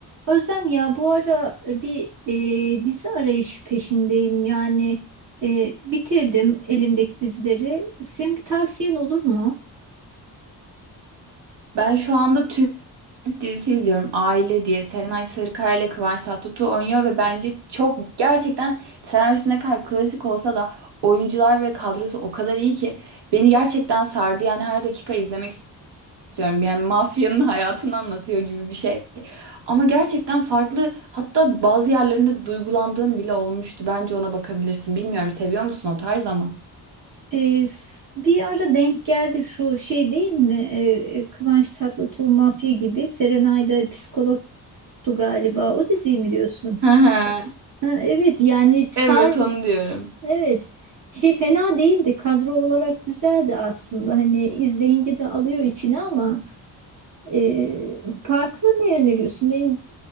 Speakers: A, on the right (about 45°); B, on the right (about 70°).
A: Özlem ya bu ara e, bir e, dizi arayışı peşindeyim. Yani e, bitirdim elimdeki dizileri. Senin bir tavsiyen olur mu?
B: Ben şu anda Türk dizisi izliyorum. Aile diye. Serenay Sarıkaya ile Kıvanç Tatlıtuğ oynuyor ve bence çok gerçekten senaryosu ne kadar klasik olsa da oyuncular ve kadrosu o kadar iyi ki beni gerçekten sardı. Yani her dakika izlemek istiyorum. Yani mafyanın hayatını anlatıyor gibi bir şey. Ama gerçekten farklı hatta bazı yerlerinde duygulandığım bile olmuştu. Bence ona bakabilirsin. Bilmiyorum seviyor musun o tarz ama.
A: E, s- bir ara denk geldi şu şey değil mi? E, e, Kıvanç Tatlıtuğ Mafya gibi Serenay'da psikologtu galiba. O diziyi mi diyorsun?
B: Hı hı.
A: Ha, evet yani sar
B: Evet onu diyorum.
A: evet şey fena değildi. Kadro olarak güzeldi aslında. Hani izleyince de alıyor içine ama e, farklı ne öneriyorsun? Benim